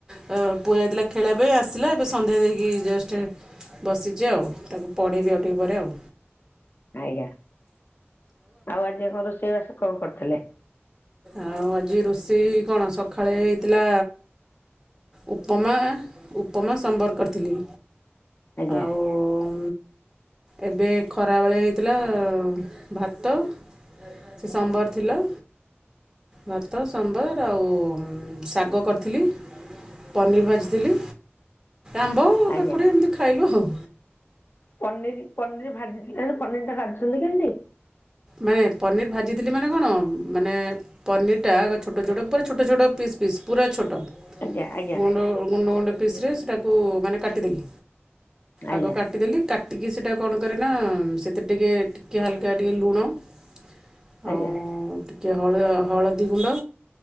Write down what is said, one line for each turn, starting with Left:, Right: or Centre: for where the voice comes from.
Right: ହଁ ପୁଅ ଯାଇଥିଲା ଖେଳିବା ପାଇଁ ଆସିଲା ଏବେ ସନ୍ଧ୍ୟା ଦେଇକି ଜଷ୍ଟ ବସିଛି ଆଉ ତାକୁ ପଢ଼େଇବି ଆଉ ଟିକେ ପରେ ଆଉ।
Left: ଆଜ୍ଞା ଆଉ ଆଜି କଣ ରୋଷେଇବାସ କଣ କରିଥିଲେ?
Right: ଆଉ ଆଜି ରୋଷେଇ କଣ ସକାଳେ ହେଇଥିଲା ଉପମା ଉପମା ସମ୍ବର୍ କରିଥିଲି।
Left: ଆଜ୍ଞା
Right: ଆଉ। ଏବେ ଖରାବେଳେ ହେଇଥିଲା ଭାତ। ସେ ସମ୍ବର୍ ଥିଲା। ଭାତ ସମ୍ବର୍ ଆଉ ଶାଗ କରିଥିଲି। ପନିର୍ ଭାଜିଥିଲି ଆମ୍ବ
Left: ଆଜ୍ଞା।
Right: କାକୁଡ଼ି ଏମିତି ଖାଇଲୁ ହଉ।
Left: ପନିର୍ ପନିର୍ ଭାଜିଥିଲାଜେ ପନିର୍ ଟା ଭାଜୁଛନ୍ତି କେମିତି?
Right: ମାନେ ପନିର୍ ଭାଜିଥିଲି ମାନେ କଣ ମାନେ ପନିର୍ ଟା ଆଗ ଛୋଟ ଛୋଟ ପୁରା ଛୋଟ ଛୋଟ ପିସ୍ ପିସ୍ ପୁରା ଛୋଟ
Left: ଆଜ୍ଞା ଆଜ୍ଞା
Right: ଗୁଣ୍ଡ ଗୁଣ୍ଡ ଗୁଣ୍ଡ ପିସ୍ ରେ ସେଟାକୁ ମାନେ କାଟିଦେଲି।
Left: ଆଜ୍ଞା
Right: ଆଗ କାଟିଦେଲି କାଟିକି ସେଇଟା କଣ କରେ ନା ସେଥିରେ ଟିକେ ଟିକେ ହାଲ୍କା ଟିକେ ଲୁଣ। ଆଉ
Left: ଆଜ୍ଞା
Right: ଟିକେ ହଳଦିଗୁଣ୍ଡ।